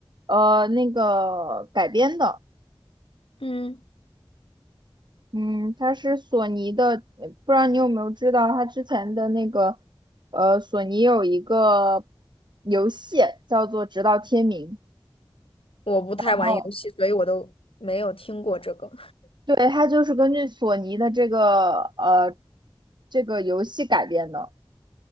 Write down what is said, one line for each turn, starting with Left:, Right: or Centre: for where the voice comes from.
Right: 呃那个改编的。
Left: 嗯，
Right: 嗯，它是索尼的，呃不知道你有没有知道，它之前的那个，呃，索尼有一个游戏叫做《直到天明》，
Left: 我不太玩游戏，
Right: 哦，
Left: 所以我都没有听过这个。
Right: 对，它就是根据索尼的这个呃这个游戏改编的。